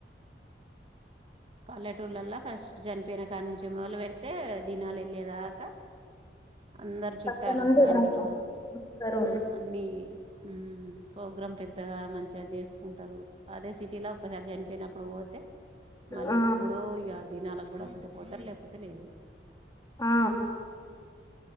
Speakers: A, on the right; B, on the left.
A: పల్లెటూళ్లలో ఫస్ట్ చనిపోయిన కాడి నుంచి మొదలు పెడితే దినాల ఎల్లేదాకా అందరు చుట్టాలు
B: పక్క నుండి
A: వస్తాండ్రు
B: వస్తారు
A: అన్ని ఉమ్ ప్రోగ్రాం పెద్ పెద్దగా మంచిగా చేసుకుంటరు, అదే సిటీల ఒక్కసారి చనిపోయినప్పుడు పోతే మళ్ళీ
B: ఆ
A: ఎప్పుడో ఇగ దినాలకు కూడా గుడ పోతే పోతరు లేకపోతే లేదు.
B: ఆ